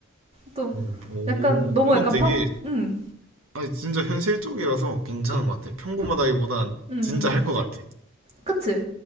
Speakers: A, on the right (about 30°); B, on the right (about 85°).
A: 또
B: 음, 오,
A: 약간 너무
B: 이건
A: 약간
B: 되게
A: 평, 응.
B: 아니 진짜 현실적이라서 괜찮은
A: 그,
B: 것 같아. 평범하다기보단
A: 그, 응. 응.
B: 진짜 할 것 같아.
A: 그치?